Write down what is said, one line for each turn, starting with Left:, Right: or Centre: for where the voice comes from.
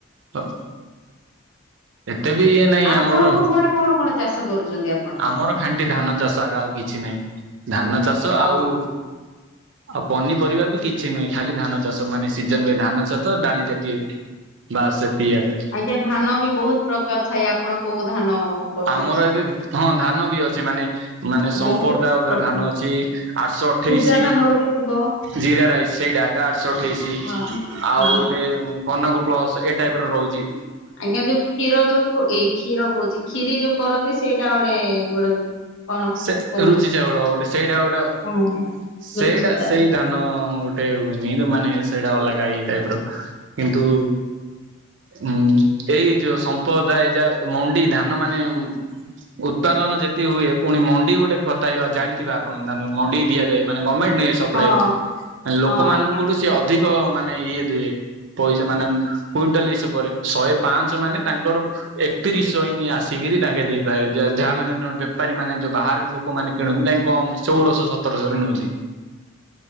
Right: ଅ- ଏତେ ବି ଇଏ ନାହିଁ
Left: ଆପଣଙ୍କ
Right: ଆମର।
Left: ଘରେ କଣ କଣ ଚାଷ କରୁଚନ୍ତି ଆ
Right: ଆମର ଖାଣ୍ଟି ଧାନ ଚାଷ ଆକା ଆଉ କିଛି ନାହିଁ ଧାନ ଚାଷ
Left: ଅ
Right: ଆଉ ଆଉ ପନିପରିବା ବି କିଛି ନୁହେଁ ଖାଲି ଧାନ ଚାଷ ମାନେ ସିଜନ୍ ରେ ହୁଏ ଧାନ ଚାଷ ଡାଲି ଜାତୀୟ ବାସ୍ ଏତିିକି ଆକା।
Left: ଏ ଧାନ ବି ବହୁତ୍ ପ୍ରକାର୍ ଥାଏ ଆପଣ କଉ ଧାନ କରୁଛନ୍ତି?
Right: ଆମର ଏବେ ହଁ ଧାନ ବି ଅଛି ମାନେ- ମାନେ ସମ୍ପର୍ଦା
Left: ବହୁତ
Right: ଗୋଟେ
Left: ପ୍ରକାର
Right: ଧାନ ଅଛି ଆଠଶ ଅଠେଇଶି
Left: ପୂଜା ଧାନ ଗୋଟେ ଥିବ
Right: ଜିରା ରାଇସ୍ ସେଇଟା ଆକା ଆଠଶ ଅଠେଇଶି
Left: ହଁ।
Right: ଆଉ
Left: ହଁ
Right: ଗୋଟେ କନକ ପ୍ଲସ୍ ଏଇ ଟାଇପ୍ ର ରହୁଚି।
Left: ଆମେ ଯଉ କ୍ଷୀର ଯଉ ପ- ଏଇ କ୍ଷୀର କହୁଚି କ୍ଷୀରି ଯଉ କରନ୍ତି ସେଇଟା ଗୋଟେ। <unintelligible>
Right: ସେ
Left: କହୁଥିଲେ
Right: ରୁଚି ଚାଉଳ ଗୋଟେ ସେଇଟା ଗୋଟେ
Left: ହଁ ଆଜ୍ଞା
Right: ସେଇଟା
Left: ରୁଚି ତାର
Right: ସେଇ ଧାନ ଗୋଟ୍ ଏତେ ହୁଏନି ଇଁଦି ମାନେ ସେଇଟା ଅଲଗା ଏଇ ଟାଇପ୍ ର କିନ୍ତୁ ହୁଁ ଏଇ ଯଉ ସମ୍ପଦା ଏଇଯା ମଣ୍ଡି ଧାନ ମାନେ ଉତ୍ପାଦନ ଯେତିକି ହୁଏ ଫୁଣି ମଣ୍ଡି ଗୋଟେ ଖତାଇବା ଜାଣିଥିବେ ଆପଣ ଧାନ ମଣ୍ଡିକୁ ଦିଆଯାଏ ମାନେ ଗମେଣ୍ଟ୍ ନିଏ ସପ୍ଲାଏ
Left: ହଁ
Right: ରୁ ଲୋକମାନଙ୍କଠୁ
Left: ହଁ ଆଜ୍ଞା ଆଜ୍ଞା
Right: ସେ ଅଧିକ ମାନେ ଇଏ ଦିଏ ମାନେ ପଇସା ମାନେ କୁଇଣ୍ଟାଲ ଇସା ପରେ ଶହେ ପାଞ୍ଚ ମାନେ ତାଙ୍କର ଏକତିରିଶ <unintelligible> ଆସିକିରି ତାଙ୍କେ <unintelligible> ବେପାରୀ ମାନେ ଯଉ ବାହାରେ ଲୋକମାନେ କିଣନ୍ତି ତାଙ୍କେ କମ୍ ଶୋହଳଶ ସତରଶହରେ ନୁଅନ୍ତି।